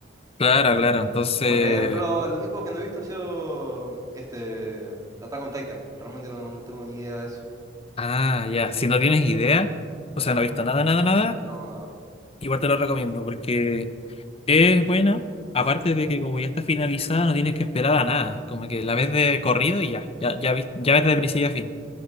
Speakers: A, on the left (about 30°); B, on the right (about 20°).
A: Claro, claro, entonces,
B: Por ejemplo, el único que no he visto ha sido este Attack on Titan. Realmente no, no tengo ni idea de eso.
A: ah, ya, si no tienes idea, o sea,
B: No,
A: no has visto nada, nada, nada.
B: no, no.
A: Igual te lo recomiendo porque Es buena, aparte de que como ya está finalizada, no tienes que esperar a nada. Como que la ves de corrido y ya, ya, ya, vis- ya ves de principio a fin.